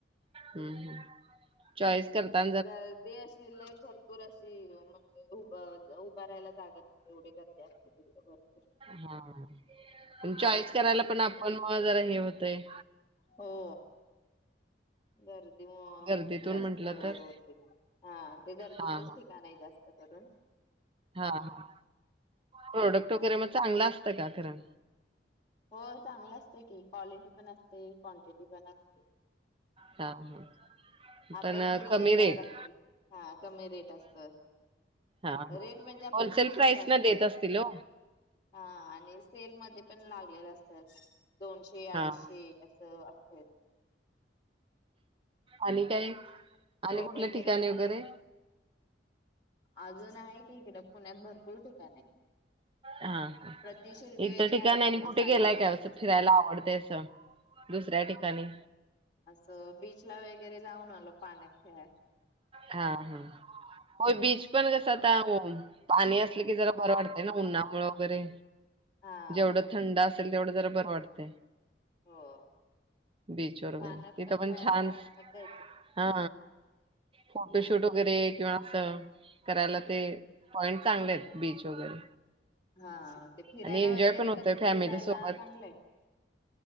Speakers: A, on the right; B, on the left.
A: हं हं चॉइस करता
B: गर्दी अशी लय भरपूर अशी, म्हणजे उभं उभा राहायला जागा नसते, एवढी गर्दी असते तिकडं, भर...
A: हा पण चॉईस करायला पण, आपण मग जरा हे होतंय
B: हो गर्दी
A: गर्दीतून
B: जास्त
A: म्हंटलं
B: होते
A: तर
B: हा ते गर्दीतच
A: हा
B: ठिकाण आहे जास्त करण
A: हा, हा... प्रोडक्ट
B: त्याच्यामुळं.
A: वगैरे मग चांगलं असतं का खरं?
B: हो, चांगलं असतय की, क्वालिटी पण असतय, क्वांटिटी पण असते.
A: हा हा
B: आपण
A: पण
B: घेईल,
A: कमी
B: त्यांच्यावर
A: रेट
B: असतं, हा कमी रेट असत.
A: हा हा
B: रेट म्हणजे आपण
A: होलसेल
B: घेई
A: प्राइस
B: तसं असत,.......
A: न देत असतील ओ
B: हा आणि सेल मध्ये पण लागलेले असतं दोनशे
A: हा
B: अडीचशे असं असत.
A: आणि काय? आणि
B: टॉप
A: कुठल्या
B: वगैरे
A: ठिकाणी
B: भेटतात.
A: वगैरे
B: अजून आहे की इकड पुण्यात भरपूर ठिकाण आहे.
A: हा हा
B: प्रति शिंदे
A: इतर
B: वगैरे
A: ठिकाण
B: आहे
A: आणि
B: तिकडे
A: कुठे
B: साईबाबांच.
A: गेलाय काय असं फिरायला आवडते असं दुसऱ्या ठिकाणी.
B: असं बिचला वगैरे जाऊन आलो पाण्यात खेळा
A: हा हा होय बीच पण कसं आता पाणी असलं की जरा बरं वाटतंय ना उन्हामुळे वगैरे
B: हा
A: जेवढं थंड असेल तेवढं जरा बरं वाटते.
B: हो.
A: बीच वर वगैरे
B: पाण्यात
A: तिथं पण
B: खेळायला
A: छान
B: मज्जा येते.
A: हा फोटोशूट
B: हा.
A: वगैरे किंवा अस करायला ते पॉईंट चांगले आहेत बीच वगैरे.
B: हा ते फिरायला
A: आणि एन्जॉय
B: वगैरे
A: पण होतोय
B: कधीतरी
A: फॅमिली
B: जायला
A: सोबत
B: चांगलंय.